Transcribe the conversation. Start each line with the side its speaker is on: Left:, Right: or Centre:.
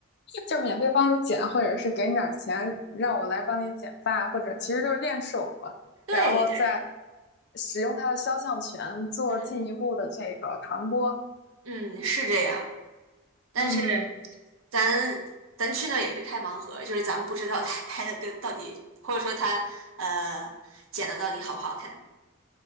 Left: 就是免费帮你剪，或者是给你点钱让我来帮你剪发，或者其实就是练手嘛，
Right: 对对，
Left: 然后再使用他的肖像权做进一步的这个传播。
Right: 嗯。嗯，是这样，但是
Left: 嗯，
Right: 咱咱去那儿也是开盲盒，就是咱们不知道他拍的到到底，或者说他呃剪的到底好不好看。